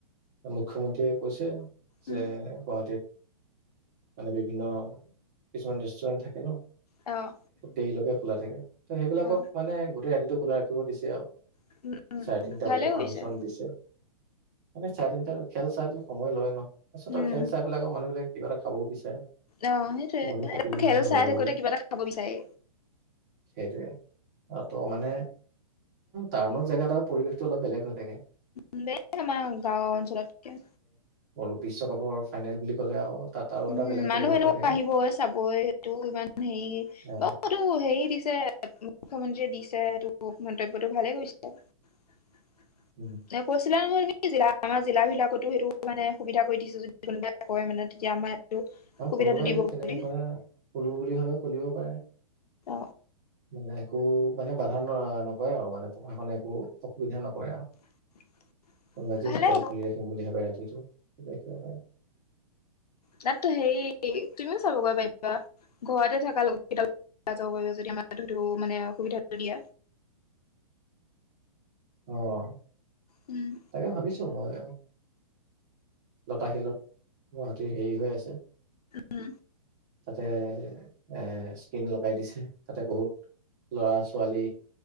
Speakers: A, on the right; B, on the left.
A: মুখ্যমন্ত্ৰীয়ে কৈছে,
B: উম,
A: যে গুৱাহাটীত। মানে বিভিন্ন, কিছুমান ৰেষ্টুৰেন্ট থাকে ন'।
B: অ'।
A: দেৰিলকে খোলা থাকে, ত' সেইবিলাকক
B: অ',
A: মানে গোটেই ৰাতিটো খোলা ৰাখিব দিছে আও।
B: উম। উম,
A: চাৰে তিনটালেকে
B: ভালে কৰিছে
A: পাৰ্মিশন দিছে, মানে চাৰে তিনিটা, খেল চাই সময় লয় ন। পাছত
B: উম।
A: আকৌ খেল চাই পেলাই আৰু মানুহবিলাক কিবা এটা খাবও বিচাৰে।
B: অ' সেইটোয়ে,
A: টোপনি ক্ষতি
B: খেল চাই
A: হলেও
B: থাকোতে কিবা এটা খাব বিচাৰে।
A: সেইটোৱে অ' ত' মানে। টাউনৰ জেগাত আৰু পৰিৱেশতো অলপ বেলেগ হৈ থাকে।
B: উ দে আমাৰ গাঁৱৰ অঞ্চলতকে।
A: অল বিশ্বকাপৰ ফাইনেল বুলি ক'লে আৰু। তাত আৰু
B: উম'
A: এটা বেলেগ
B: মানুহ
A: পৰিৱেশ
B: এনেও
A: হৈ থাকে
B: আহিবই, চাবই সেইটো ইমান হেৰি
A: অ
B: মো হেৰি দিছে, মুখ্যমন্ত্ৰীয়ে দিছে এইটো মন্তব্যটো, ভালে কৰিছে। <unintelligible>
A: উম'।
B: এ কৈছিলা নহয় তুমি, জিলা আমাৰ জিলা বিলাকতো সেইটো মানে সুবিধা কৰি দিছোঁ, যদি কোনোবাই কয় মানে। এতিয়া আমাৰ। ইয়াতো
A: অ'
B: সুবিধাটো
A: কোনোবাই
B: দিব
A: যদি
B: বুলি
A: তেনেকে কৰা, খুলো বুলি ভাবে খুলিব পাৰে।
B: অ'।
A: মানে একো, মানে বাধা নকৰে আৰু মানে প্ৰশাসনে একো অসুবিধা নকৰে আও।
B: <unintelligible>
A: কম আজি
B: ভালে
A: হোটেল
B: হ'ব
A: খুলি ৰাখিম বুলি ভাবে ৰাতিটো।
B: তাততো হেৰি, তুমিও চাবগৈ পাৰিবা। ঘৰতে থাকা, লগত কেইটা যাব পাৰিব, যদি আমাৰ হয়তো মানে সুবিধাটো দিয়া।
A: অ'।
B: উম'।
A: তাকে ভাবিছোঁ মই। লতাশিলত, গুৱাহাটীৰ হেৰি হৈ আছে।
B: উম
A: তাতে এ স্ক্ৰীন লগাই দিছে, তাতে বহুত ল'ৰা, ছোৱালী।